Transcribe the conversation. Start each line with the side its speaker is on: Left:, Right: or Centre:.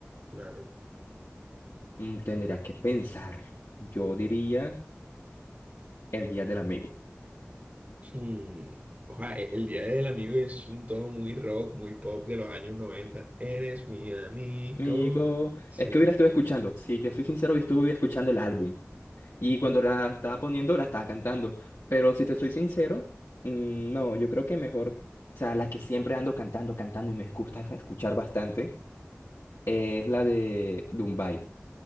Right: claro
Left: Mm, Tendría que pensar. Yo diría el día del amigo.
Right: Mm, ojá, e- el Día del Amigo es un tono muy rock, muy pop de los años noventa Eres mi amigo.
Left: Amigo,
Right: Sí,
Left: es que hubiera estuve escuchando, si te soy sincero, hoy estuve escuchando el álbum. Y cuando la estaba poniendo, la estaba cantando. Pero si te soy sincero, mm, no, yo creo que mejor, o sea, la que siempre ando cantando, cantando y me gusta escuchar bastante, eh, es la de Dumbai.